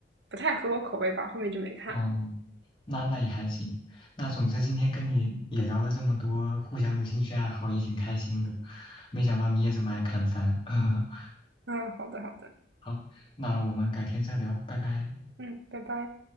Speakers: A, on the right (about 80°); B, on the left (about 30°).
A: 不太合我口味吧，后面就没看了。
B: 哦，那那也还行。那总之今天跟你也聊了这么多互相的兴趣爱好，也挺开心的。没想到你也这么爱看番。<laughs>
A: 嗯，好的好的，
B: 好，那我们改天再聊，拜拜。
A: 嗯，拜拜。